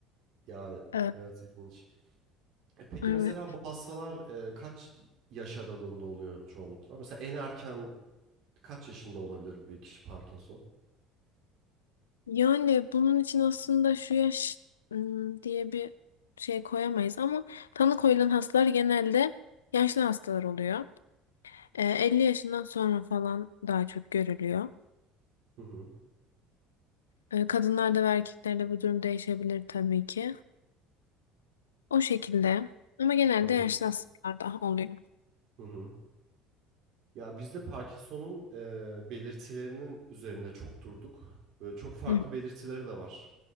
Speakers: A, on the right; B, on the left.
A: Yani
B: E,
A: evet ilginç. E, peki
B: Evet.
A: mesela bu hastalar e, kaç yaş aralığında oluyor çoğunlukla? Mesela en erken kaç yaşında olabilir bir kişi Parkinson?
B: Yani bunun için aslında şu yaş ım, diye bir şey koyamayız ama tanı koyulan hastalar genelde yaşlı hastalar oluyor. Ee, 50 yaşından sonra falan daha çok görülüyor.
A: Hı hı,
B: Ee, kadınlarda ve erkeklerde bu durum değişebilir tabii ki. O şekilde ama genelde
A: anladım.
B: yaşlı hastalarda oluyor.
A: Hı hı. Ya biz de Parkinson'un e, belirtilerinin üzerinde çok durduk. Böyle çok farklı
B: Hı
A: belirtileri de var.